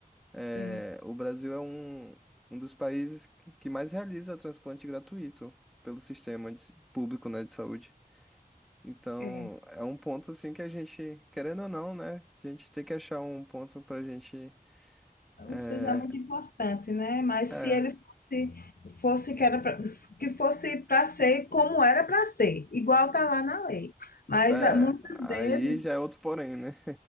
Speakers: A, in the centre; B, on the left (about 70°).
A: É,
B: sim,
A: o Brasil é um, um dos países que mais realiza transplante gratuito pelo sistema de- público, né, de saúde. Então,
B: é.
A: é um ponto, assim, que a gente, querendo ou não, né, a gente tem que achar um ponto pra gente. É,
B: O SUS é muito importante, né? Mas
A: é,
B: se ele fosse, fosse que era pra, que fosse para ser como era para ser, igual tá lá na lei. Mas
A: é.
B: ah, muitas
A: Aí
B: vezes,
A: já é outro porém, né?